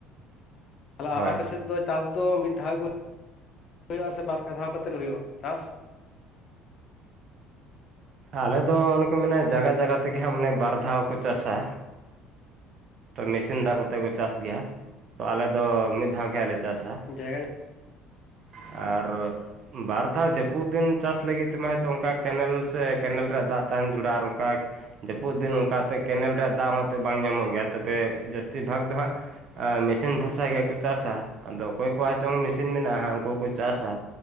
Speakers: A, on the left (about 45°); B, on the right (about 50°).
A: ᱛᱟᱦᱮ
B: ᱦᱳᱭ
A: ᱟᱯᱮᱥᱮᱫ ᱫᱚ ᱪᱟᱥ ᱫᱚ ᱢᱤᱫ ᱫᱷᱟᱣ ᱜᱮ ᱦᱩᱭᱩᱜᱼᱟ ᱥᱮ ᱵᱟᱨᱯᱮ ᱫᱷᱟᱣ ᱠᱟᱛᱮ ᱦᱩᱭᱩᱜᱼᱟ ᱪᱟᱥ?
B: ᱟᱞᱮᱚ ᱚᱱᱮ ᱠᱚ ᱢᱮᱱᱟ ᱡᱟᱭᱜᱟ ᱡᱟᱭᱜᱟ ᱛᱮᱜᱮ ᱦᱟᱜ ᱢᱚᱱᱮ ᱵᱟᱨ ᱫᱷᱟᱣ ᱠᱚ ᱪᱟᱥᱟ ᱛᱚ ᱢᱮᱥᱤᱱ ᱫᱟᱜ ᱠᱚᱛᱮ ᱠᱚ ᱪᱟᱥ ᱜᱮᱭᱟ ᱛᱚ ᱟᱞᱮ ᱫᱚ ᱢᱤᱫ ᱫᱷᱟᱣ ᱜᱮ ᱦᱟᱜ ᱞᱮ ᱪᱟᱥᱟ
A: ᱡᱟᱭᱜᱟ
B: <inaudible> ᱟᱨ ᱵᱟᱨ ᱫᱷᱟᱣ ᱡᱟᱹᱯᱩᱫ ᱫᱤᱱ ᱪᱟᱥ ᱞᱟᱹᱜᱤᱫ ᱛᱮᱢᱟ ᱦᱚᱭᱛ ᱚᱱᱠᱟ ᱠᱮᱱᱮᱞ ᱥᱮ ᱠᱮᱱᱮᱞ ᱨᱮ ᱫᱟᱜ ᱛᱟᱦᱮᱱ ᱡᱚᱨᱩᱲᱟ ᱟᱨ ᱚᱱᱠᱟ ᱡᱟᱹᱯᱩᱫ ᱫᱤᱱ ᱚᱱᱠᱟᱛᱮ ᱠᱮᱱᱮᱞ ᱨᱮᱭᱟᱜ ᱫᱟᱜ ᱦᱚᱸᱛᱮ ᱵᱟᱝ ᱧᱟᱢᱚᱜ ᱜᱮᱭᱟ ᱛᱚᱵᱮ ᱡᱟᱹᱥᱛᱤ ᱵᱷᱟᱜᱽ ᱫᱚ ᱦᱟᱸᱜ ᱟᱨ ᱢᱮᱥᱤᱱ ᱵᱷᱚᱨᱥᱟ ᱜᱮᱠᱚ ᱪᱟᱥᱟ ᱟᱫᱚ ᱚᱠᱚᱭ ᱠᱚᱣᱟᱜ ᱪᱚᱝ ᱢᱮᱹᱥᱤᱱ ᱢᱮᱱᱟᱜᱼᱟ ᱦᱟᱜ ᱩᱱᱠᱩ ᱠᱚ ᱪᱟᱥᱟ